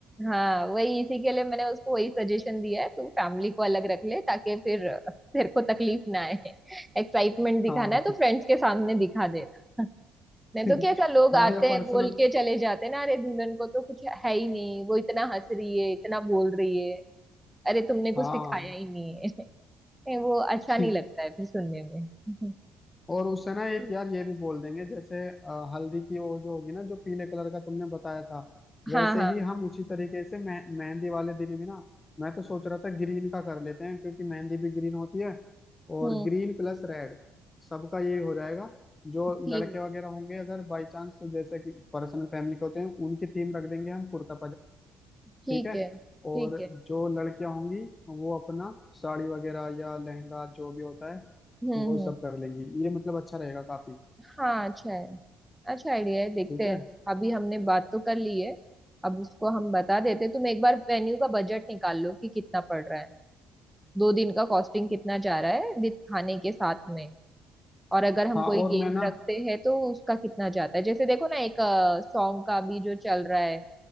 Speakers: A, in the centre; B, on the left (about 20°).
A: हाँ वही इसी के लिए मैंने उसको वही सजेशन दिया है तू फैमिली को अलग रख ले ताकि फिर अ, तेरे को तकलीफ ना आए <laughs> एक्साइटमेंट दिखाना
B: हाँ
A: है तो फ्रेंड्स के सामने दिखा देना नहीं
B: <laughs>
A: तो कैसा लोग
B: हाँ
A: आते
B: या पर्सनल
A: हैं बोल के चले जाते हैं ना अरे दुल्हन को तो कुछ है ही नहीं वो इतना हंस रही है इतना बोल रही है अरे तुमने कुछ
B: हाँ
A: सिखाया ही नहीं है <laughs> नहीं, वो अच्छा
B: <laughs>
A: नहीं लगता है फिर सुनने में
B: और उससे ना एक
A: <laughs>
B: यार ये भी बोल देंगे जैसे अ, हल्दी की वो जो होगी ना जो पीले कलर का तुमने बताया था वैसे
A: हाँ हाँ
B: ही हम उसी तरीके से मेह- मेहंदी वाले दिन भी ना मैं तो सोच रहा था ग्रीन का कर लेते हैं क्योंकि मेहंदी भी ग्रीन होती है और
A: हम्म
B: ग्रीन प्लस रेड सबका यही हो जाएगा जो
A: थीम
B: लड़के वगैरह होंगे अगर बाई चांस जैसे कि पर्सनल फैमिली के होते हैं उनकी थीम रख देंगे हम कुर्ता
A: ठीक
B: ठीक है
A: है ठीक
B: और
A: है
B: जो लड़कियां होंगी वो अपना साड़ी वगैरह या लहंगा जो भी होता है
A: हम्म
B: वो
A: हम्म
B: सब कर लेंगी ये मतलब अच्छा रहेगा काफी
A: हाँ अच्छा है अच्छा आइडिया है देखते
B: ठीक
A: हैं
B: है
A: अभी हमने बात तो कर ली है अब उसको हम बता देते हैं। तुम एक बार वेन्यू का बजट निकाल लो कि कितना पड़ रहा है दो दिन का कॉस्टिंग कितना जा रहा है विद खाने के साथ में और अगर हम
B: हाँ
A: कोई
B: और
A: गेम
B: मैं ना
A: रखते हैं तो उसका कितना जाता है जैसे देखो ना एक सॉन्ग का भी जो चल रहा है